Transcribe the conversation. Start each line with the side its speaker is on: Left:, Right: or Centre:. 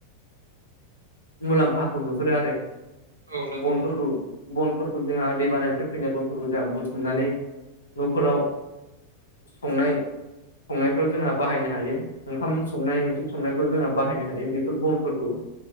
Left: मुलाम्फाखौ नुहुरो आरो
Right: औ नंगौ
Left: बनफोरखौ
Right: नोंथां
Left: बनफोरखौ जोंहा दै बानायानिफ्राय फैनाय बनफोरखौ जोंहा बुथुमनानै न'फोराव संनाय संनायफ्राव जोंहा बाहायनो हायो ओंखाम संनाय ओंख्रि संनाय फोराव जोंहा बाहायनो हायो बेफोर बनफोरखौ